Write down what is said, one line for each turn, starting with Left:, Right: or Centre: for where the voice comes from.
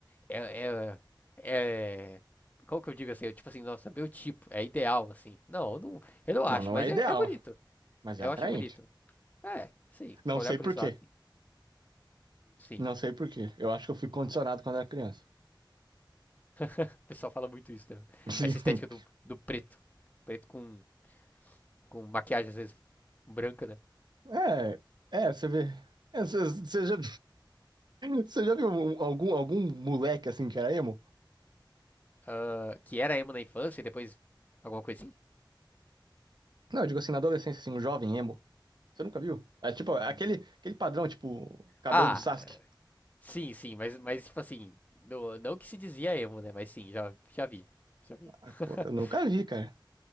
Left: é. é, é... Como que eu digo assim? Eu, tipo assim, nossa, meu tipo, é ideal, assim. Não, eu não, eu não
Right: Não,
Left: acho,
Right: não
Left: mas
Right: é ideal,
Left: é, é bonito.
Right: mas
Left: Eu
Right: é atraente.
Left: acho bonito. É, sim,
Right: Não
Left: se for
Right: sei
Left: olhar por
Right: por
Left: esse
Right: quê.
Left: lado, sim. Sim,
Right: Não sei por quê. Eu acho que eu fui condicionado quando era criança.
Left: o pessoal fala muito isso, né?
Right: <laughs> Sim.
Left: Essa estética do, do preto. Preto com, com maquiagem, às vezes, branca, né?
Right: É, é, você vê. É, Você você já Você já viu um- algum, algum moleque assim que era emo?
Left: ah, que era emo na infância e depois alguma coisa assim?
Right: Não, eu digo assim, na adolescência, assim, um jovem emo. Você nunca viu? É tipo, aquele,
Left: Hum.
Right: aquele padrão, tipo, cabelo
Left: Ah,
Right: do Sasuke.
Left: sim, sim, mas, mas tipo assim, não, não que se dizia emo, né? Mas sim, já, já vi. Já vi.
Right: Ah, pô, eu
Left: <laughs>
Right: nunca vi, cara.